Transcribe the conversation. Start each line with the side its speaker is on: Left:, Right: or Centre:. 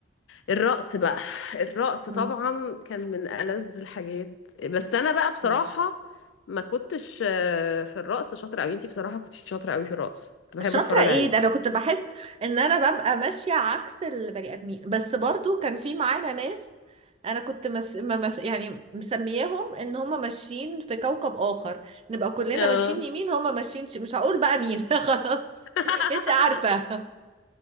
Left: الرقص بقى الرقص
Right: مم.
Left: طبعا كان من ألذ الحاجات بس انا بقى بصراحة
Right: مم.
Left: ما كنتش آه، في الرقص شاطرة قوي انتي بصراحة كنتش شاطرة قوي في الرقص كنت بحب
Right: شاطرة
Left: اتفرج
Right: ايه
Left: عليكي
Right: ده انا كنت بحس ان انا ببقى ماشية عكس البني ادمين بس برضو كان في معانا ناس انا كنت مس... ما مس... يعني مسمياهم ان هم ماشيين في كوكب اخر نبقى كلنا
Left: اه
Right: ماشيين يمين هم ماشيين ش... مش هقول بقى مين <laughs> خلاص
Left: <laughs>
Right: انت عارفة <laughs>